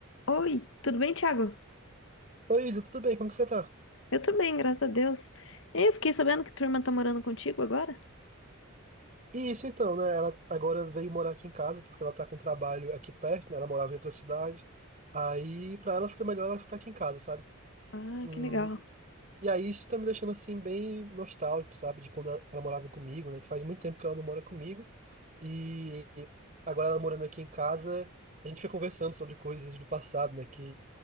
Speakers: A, on the left; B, on the right.
A: Oi, tudo bem, Thiago?
B: Oi, Isa, tudo bem? Como que você tá?
A: Eu tô bem, graças a Deus. E eu fiquei sabendo que tua irmã tá morando contigo agora?
B: E isso então, né? Ela agora veio morar aqui em casa porque ela tá com trabalho aqui perto, né? Ela morava em outra cidade. Aí, pra ela fica melhor ela ficar aqui em casa, sabe?
A: Ah,
B: Hum,
A: que legal.
B: e aí isso tá me deixando assim bem nostálgico, sabe? De quando ela ela morava comigo, né? Que faz muito tempo que ela não mora comigo. E agora ela morando aqui em casa, a gente fica conversando sobre coisas do passado, né? Que